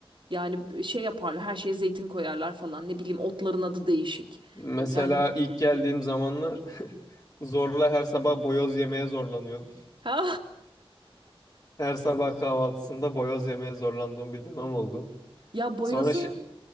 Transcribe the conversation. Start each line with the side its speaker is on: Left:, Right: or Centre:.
Right: Yani e, şey yaparlar, her şeye zeytin koyarlar falan. Ne bileyim otların adı değişik.
Left: Mesela
Right: Yani
Left: ilk geldiğim zamanlar <laughs> zorla her sabah boyoz yemeye zorlanıyordum.
Right: ha
Left: Her sabah kahvaltısında boyoz yemeye zorlandığım bir dönem oldu.
Right: <laughs> ya boyozu
Left: Sonra şi-